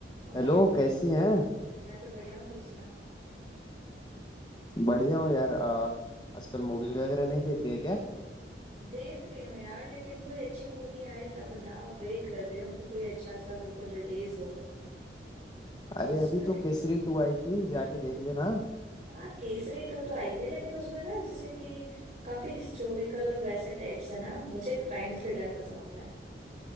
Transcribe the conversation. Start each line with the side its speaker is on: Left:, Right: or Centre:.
Right: और
Left: हेलो कैसी हैं
Right: मैं तो बढ़िया हूँ तू सुना
Left: बढ़िया हूँ यार आ, आजकल मूवी वगैरह नहीं देख रही है क्या
Right: देख रही हूँ यार लेकिन कोई अच्छी मूवी आए तब ना वेट कर रही हूँ कि कोई अच्छा सा बिल्कुल रिलीज हो तो
Left: अरे
Right: उस
Left: अभी
Right: पर
Left: तो केसरी टू आई थी जाके देख लेना
Right: हाँ केसरी टू तो आई है लेकिन उसमें ना जैसे कि काफी हिस्टोरिकल और वैसे टाइप से ना मुझे क्राइम थ्रिलर पसंद है